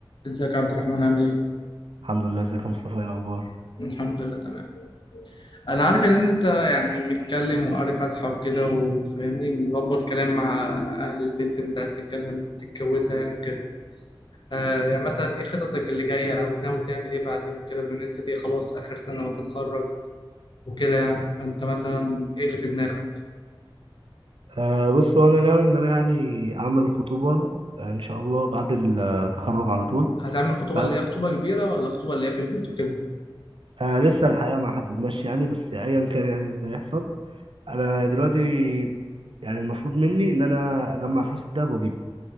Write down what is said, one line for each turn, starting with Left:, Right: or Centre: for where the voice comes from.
Left: ازيك يا عبد الرحمن عامل ايه؟
Right: الحمد لله ازيك يا مصطفى ايه الاخبار
Left: الحمد لله تمام انا عارف ان انت يعني متكلم وقاري فاتحة وكده وفاهمني مربط كلام مع اهل البنت اللي انت عايز تتكلم تتجوزها يعني وكده آه يعني مثلا ايه خططك اللي جاية او ناوي تعمل ايه بعدين وكده بما ان انت دي خلاص اخر سنة وتتخرج وكده يعني فانت مثلا ايه اللي في دماغك؟
Right: أه بص وانا ناوي ان انا يعني اعمل الخطوبه آه، ان شاء الله بعد التخرج على طول
Left: هتعمل خطوبة
Right: بعد
Left: اللي هي خطوبة كبيرة ولا خطوبة اللي هي في البيت وكده
Right: أه لسه الحقيقه ما حددناش يعني بس ايا كان يعني اللي هيحصل انا دلوقتي يعني المفروض مني ان انا اجمع فلوس الدهب واجيبه